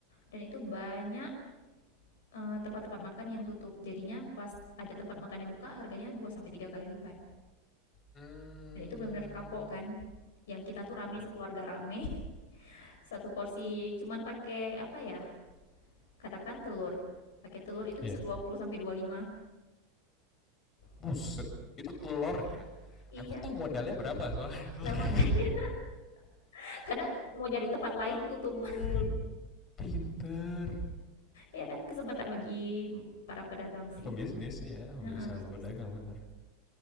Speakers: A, on the left; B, on the left.
A: dan itu banyak eh, tempat-tempat makan yang tutup. Jadinya pas ada tempat makan yang buka harganya 2 sampai 3 kali lipat.
B: hmm
A: Dan itu benar-benar kapok kan. Yang kita tuh rame sekeluarga rame. <laughs> Satu porsi cuman pakai apa ya? Katakan telur. Pakai telur itu
B: ya
A: bisa dua puluh sampai dua puluh lima,
B: buset itu telur ya
A: Iya.
B: aku tahu modalnya berapa soalnya telur
A: Nah, makanya
B: <laughs>
A: <laughs> karena mau cari tempat lain
B: Ampun,
A: tutup. <laughs>
B: pinter.
A: Ya kan kesempatan bagi para pedagang sih.
B: Pebisnis ya, pebisnis
A: Heeh,
B: sama
A: bisnisnya.
B: pedagang bener.